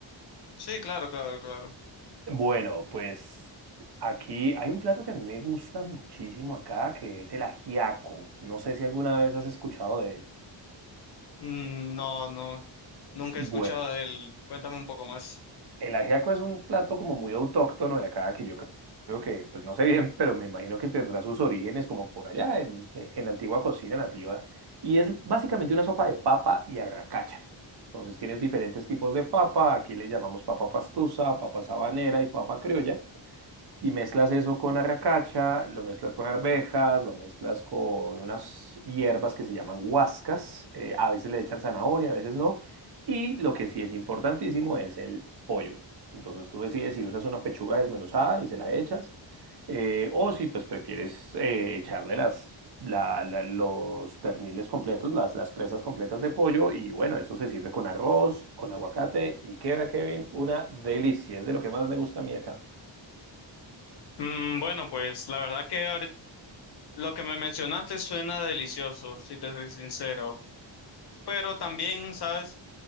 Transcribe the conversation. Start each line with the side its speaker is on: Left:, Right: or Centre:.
Left: Sí, claro, claro, claro.
Right: Bueno, pues aquí hay un plato que a mí me gusta muchísimo acá, que es el ajiaco. No sé si alguna vez has escuchado de él.
Left: Mm, no, no, nunca
Right: Bueno.
Left: he escuchado de él. Cuéntame un poco más.
Right: El ajiaco es un plato como muy autóctono de acá, que yo cre- creo que, pues no sé bien, pero me imagino que tendrá sus orígenes como por allá, en, e, en la antigua cocina nativa. Y es básicamente una sopa de papa y arracacha. Entonces tienes diferentes tipos de papa, aquí le llamamos papa pastusa, papa sabanera y papa criolla. Y mezclas eso con arracacha, lo mezclas con arvejas, lo mezclas con unas hierbas que se llaman huascas. eh, a veces le echan zanahoria, a veces no. Y lo que sí es importantísimo es el pollo. Entonces tú decides si usas una pechuga desmenuzada y se la echas, eh, o si pues prefieres eh, echarle las, la- la- los perniles completos, las, las presas completas de pollo. Y bueno, eso se sirve con arroz, con aguacate y queda, Kevin, una delicia. Es de lo que más me gusta a mí acá.
Left: Mm, bueno, pues la verdad que ahorit- lo que me mencionaste suena delicioso, si te soy sincero. Pero también, ¿sabes?